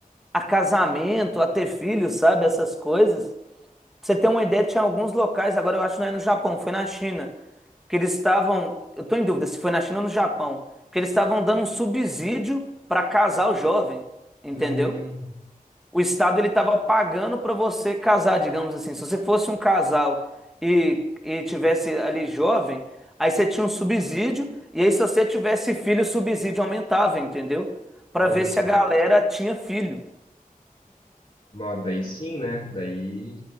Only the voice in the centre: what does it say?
a casamento, a ter filho, sabe? Essas coisas. Pra você ter uma ideia, tinha alguns locais, agora eu acho que não é no Japão, foi na China, que eles estavam, eu tô em dúvida se foi na China ou no Japão, que eles estavam dando um subsídio para casar o jovem, entendeu?
O Estado ele estava pagando para você casar, digamos assim. Se você fosse um casal e, e tivesse ali jovem, aí você tinha um subsídio, e aí se você tivesse filho, o subsídio aumentava, entendeu? Para
ver
se a galera tinha filho.